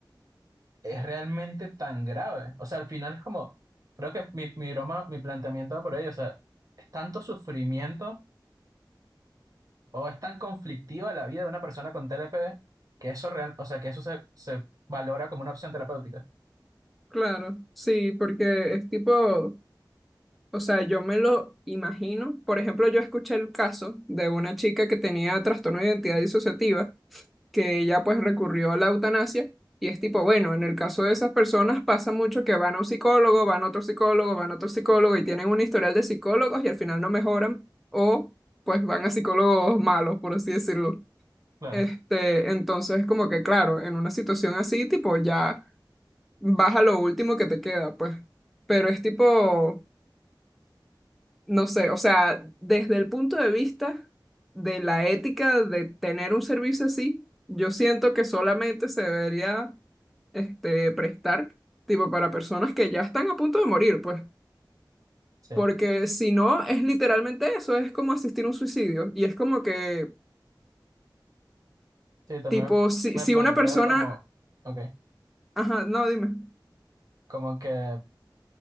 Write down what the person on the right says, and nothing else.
es realmente tan grave. O sea, al final es como, creo que mi, mi broma, mi planteamiento va por ahí, o sea, es tanto sufrimiento o es tan conflictiva la vida de una persona con TLP que eso real, o sea, que eso se, se valora como una opción terapéutica.
Claro.
Sí,
sí, también
me
plantea
como, ok,
como que